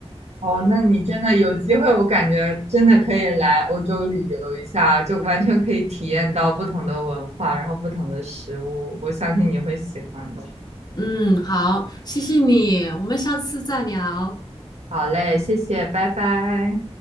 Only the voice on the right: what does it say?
哦，那你真的有机会，我感觉真的可以来欧洲旅游一下，就完全可以体验到不同的文化，然后不同的食物，我相信你会喜欢的。
好嘞，谢谢，拜拜。